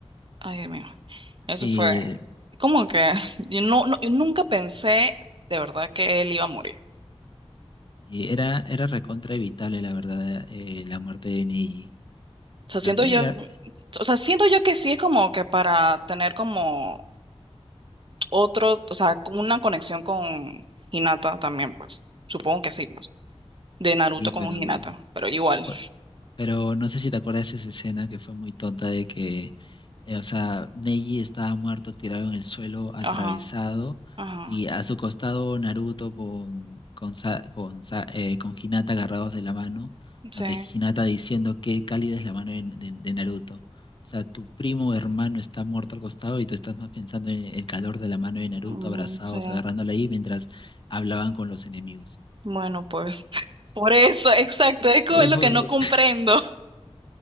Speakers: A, on the right; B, on the left.
A: Ay, Dios mío. Eso
B: Y,
A: fue como que <laughs> yo, no, no- yo nunca pensé de verdad que él iba a morir.
B: y era, era recontra evitable, la verdad, eh, la muerte de Neji.
A: O sea,
B: Para
A: siento
B: mí
A: yo,
B: era...
A: o sea, siento yo que sí es como que para tener como otro, o sea, como una conexión con Hinata también, pues. Supongo que sí, pues. De Naruto
B: Sí, pero...
A: con Hinata, pero igual.
B: fue, Pero no sé si te acuerdas de esa escena que fue muy tonta de que, eh, o sea, Neji estaba muerto, tirado en el suelo, atravesado,
A: Ajá, ajá.
B: y a su costado Naruto con, con, Sa- con, Sa- eh, con Hinata agarrados de la mano,
A: Sí.
B: donde Hinata diciendo qué cálida es la mano de, de- de Naruto. O sea, tu primo hermano está muerto al costado y tú estás más pensando en el calor de la mano de Naruto,
A: Mm,
B: abrazados,
A: sí.
B: agarrándola ahí mientras hablaban con los enemigos.
A: Bueno, pues <laughs> por eso, exacto, es como
B: <laughs> Fue,
A: lo que no comprendo.